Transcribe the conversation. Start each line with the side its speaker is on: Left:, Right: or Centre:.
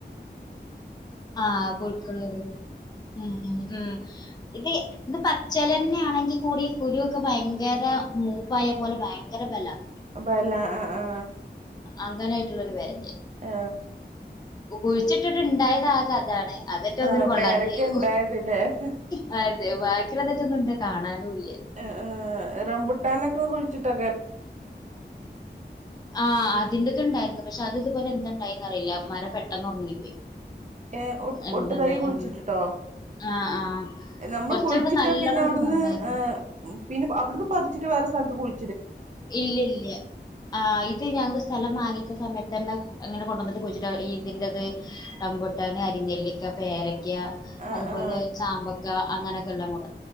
Left: ആഹ് പുഴുക്കള് വരും ഉം ഉം ഉം ഇത് ഇത് പ അച്ചലന്നെ ആണെങ്കിൽ കൂടി കുരുക്കെ ഭയങ്കര മൂപ്പായ പോലെ ഭയങ്കര ബലം
Right: വല ആ ആ
Left: ആംഗാനായിട്ടുള്ളൊരു വരെ
Right: ഏ
Left: കുഴിച്ചിട്ടിട്ട് ഇണ്ടായത് അകെ അതാണ് അതൊറ്റെ ഒനിന്നും
Right: ആഹ്
Left: കൊള്ളാതെയി
Right: പേരക്ക ഇണ്ടായതില്ലേ
Left: മാറ്റി കഴിച്ചിനേറ്റ <unintelligible> കാണാനും ല്ല
Right: ഏ ഏ റംബൂട്ടാനൊക്കെ കുഴിച്ചിട്ടാ
Left: ആ അതിന്റദ് ഇണ്ടായിരുന്നു പക്ഷെ അത് ഇതുപോലെ എന്താണ്ടായെന്നറിയില്ല മരം പെട്ടെന്ന് ഒറങ്ങിപ്പോയി
Right: ഏഹ് ഒ
Left: എന്തണ്ടയി
Right: ഒട്ട് തൈ കുഴിച്ചിട്ടിട്ടോ
Left: അ ആ ആ
Right: നമ്മൾ
Left: കൊറച്ചങ്ങട്
Right: കുഴിച്ചിട്ട്
Left: നല്ലോണം
Right: പിന്നെ
Left: അങ്ങട്ട്
Right: അവിടുന്ന്
Left: വന്നായിരുന്നു
Right: പിന്നെ അവിടുന്ന് പറിച്ചിട്ട് വേറെ സ്ഥലത്ത് കുഴി
Left: ഇല്ല ഇല്ല്യാ ആ ഇത് ഞങ്ങള് സ്ഥലം മാറി സമയത്ത് തന്നെ അങ്ങനെ കൊണ്ടുവന്നിട്ട് കുഴിച്ചിട്ടാ ഈന്തിന്റേത്, റമ്പുട്ടാൻ, അരിനെല്ലിക്ക പേര ക്ക്യാ
Right: ആഹ്
Left: അതുപോലെ
Right: ആഹ്
Left: ചാമ്പക്ക അങ്ങനെക്കെള്ള മൂട